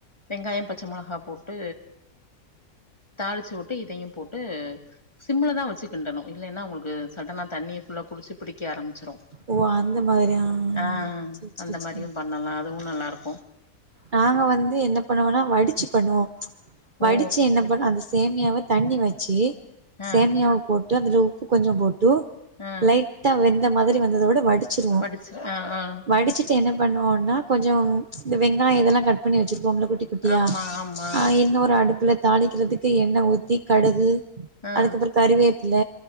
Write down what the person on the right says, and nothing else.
ஓ அந்த மாதிரி
சேரி சேரி
சேரி
நாங்க வந்து என்ன பண்ணுவனா வடிச்சு பண்ணம் வடிச்சு
என்ன பண்ண அந்த சேமியாவ தண்ணி வச்சு
சேமியாவ போட்டு போட்டு அதுல உப்பு கொஞ்சோ போட்டு
லைட்டா வெந்த மாதிரி வந்து தோட வடிச்சிருவோ
வடிச்சுட்டு என்ன பண்ணுவோம்னா கொஞ்சோ இந்த வெங்காய இதெல்லா கட் பண்ணி வச்சிரு போம்ள குட்டி குட்டியா
ஆ இன்னோரு அடுப்பு தாளிக்குறதுக்கு என்ண ஊத்தி கடுகு
அதுக்கப்றோ கறிவேப்பில